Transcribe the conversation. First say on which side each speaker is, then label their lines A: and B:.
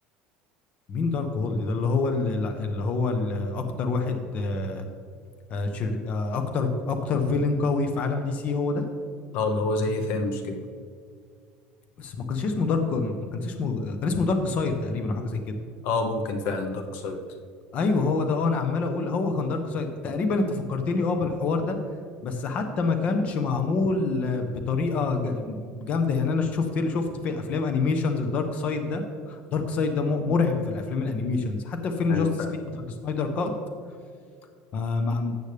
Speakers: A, on the left; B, on the left.
A: مين دارك هولد ده اللي هو ال- ال- اللي هو ال- اكتر واحد آه، آه، شر... آه، اكتر اكتر فيلن قوي في عالم دي سي هو ده
B: اه اللي هو زي ثانوس كده
A: بس ما كانش اسمه دارك ما كانش اسمه كان اسمه دارك سايد تقريبا او حاجه زي كده
B: اه ممكن فعلا دارك سايد
A: ايوه هو ده اه انا عمال اقول هو كان دارك سايد تقريبا انت فكرتني اه بالحوار ده بس حتى ما كانش معمول آه، بطريقه ج- جامده يعني انا شفت شفت في افلام انيميشنز الدارك سايد ده دارك سايد ده م- مرعب في الافلام الانيميشنز حتى في فيلم
B: ايوه
A: جاستس
B: فعلا
A: ليج بتاع السنايدر كات ما ما